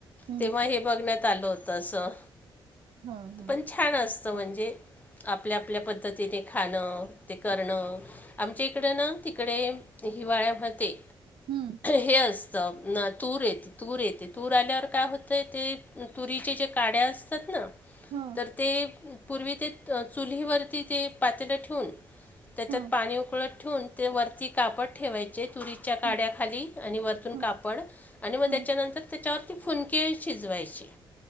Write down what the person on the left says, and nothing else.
तेव्हा हे बघण्यात आलं होत असं
पण छान असत म्हणजे आपल्या आपल्या पद्धतीने खाणं ते करणं आमच्या इकड ना तिकडे हिवाळ्यामध्ये
हे असतं तूर येते तूर येते तूर आल्यावर काय होतंय ते तुरीचे जे काड्या असतात ना
तर ते पूर्वी ते चुलीवरती ते पातेल ठेवून त्याच्यात
पाणी उकळत ठेवून ते वरती कापड ठेवायचे तुरीच्या काड्या
खाली आणि वरतून
कापड आणि मग
त्याच्यानंतर त्याच्यावर त फुनके शिजवायचे